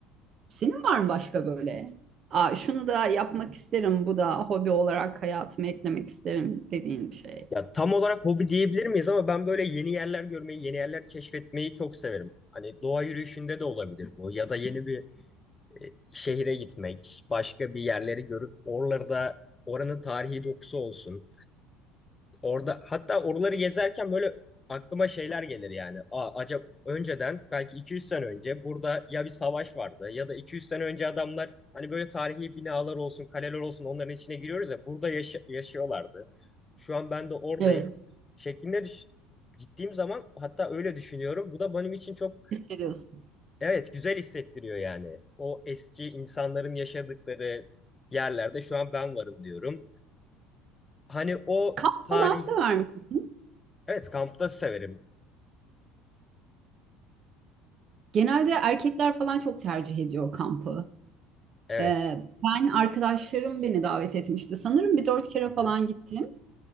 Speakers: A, on the right (about 45°); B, on the left (about 20°).
A: Senin var mı başka böyle? Aa, şunu da yapmak isterim, bu da hobi olarak hayatıma eklemek isterim dediğin bir şey.
B: Ya tam olarak hobi diyebilir miyiz ama ben böyle yeni yerler görmeyi, yeni yerler keşfetmeyi çok severim. Hani doğa yürüyüşünde de olabilir bu ya da yeni bir e, şehre gitmek, başka bir yerleri görüp oralarda oranın tarihi dokusu olsun. Orada hatta oraları gezerken böyle aklıma şeyler gelir yani. Aa, acaba önceden belki 200 sene önce burada ya bir savaş vardı ya da 200 sene önce adamlar hani böyle tarihi binalar olsun, kaleler olsun onların içine giriyoruz ya burada yaşa- yaşıyorlardı. Şu an ben de oradayım
A: Evet.
B: şeklinde düş gittiğim zaman hatta öyle düşünüyorum. Bu da benim için çok
A: Hissediyorsun.
B: evet güzel hissettiriyor yani. O eski insanların yaşadıkları yerlerde şu an ben varım diyorum. Hani o
A: Kamp
B: tarihi
A: falan sever misin?
B: Evet kampta severim.
A: Genelde erkekler falan çok tercih ediyor kampı.
B: Evet.
A: Ee, ben arkadaşlarım beni davet etmişti. Sanırım bir dört kere
B: Hı hı.
A: falan gittim.